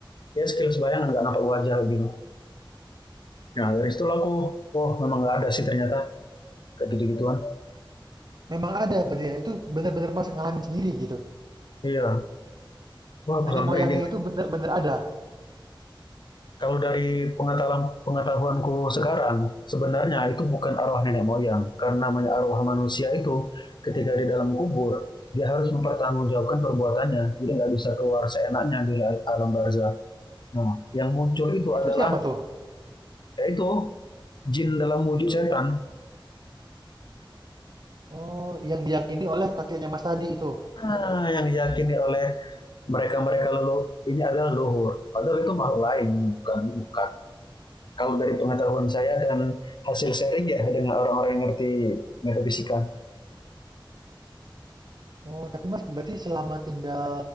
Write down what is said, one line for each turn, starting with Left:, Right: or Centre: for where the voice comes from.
Left: Ya sekilas bayangan gak nampak wajah gitu Nah dari situ aku, oh memang gak ada sih ternyata Kayak gitu-gituan
Right: Memang ada berarti ya. Itu benar-benar mas ngalamin sendiri gitu.
Left: Iya, wah aku
Right: Nenek
Left: sampai
Right: moyangnya
Left: merinding
Right: itu benar-benar ada.
Left: Kalau dari pengetahuan pengetahuanku sekarang, sebenarnya itu bukan arwah nenek moyang. Karena arwah manusia itu, ketika di dalam kubur, dia harus mempertanggungjawabkan perbuatannya. Jadi nggak bisa keluar seenaknya di alam barzah. Nah, yang muncul itu
Right: Itu
Left: adalah,
Right: siapa tuh?
Left: yaitu jin dalam wujud setan.
Right: Oh, yang diyakini oleh kakeknya mas tadi itu.
Left: Ah, yang diyakini oleh mereka-mereka leluhur, ini adalah luhur. Padahal itu makhluk lain, bukan bukan. Kalau dari pengetahuan saya dan hasil sharing ya dengan orang-orang yang ngerti metafisika.
Right: Oh, tapi Mas berarti selama tinggal